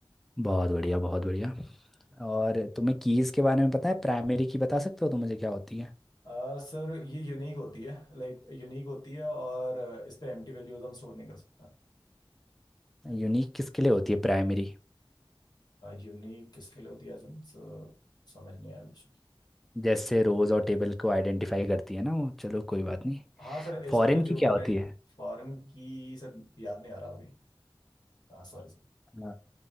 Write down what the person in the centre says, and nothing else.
बहुत बढ़िया बहुत बढ़िया और तुम्हें कीज़ के बारे में पता है प्राइमरी की बता सकते हो तो मुझे क्या होती है
यूनिक किसके लिए होती है प्राइमरी
जैसे रोज़ और टेबल को आइडेंटिफाई करती है ना वो चलो कोई बात नहीं
फॉरेन
की क्या
होती
है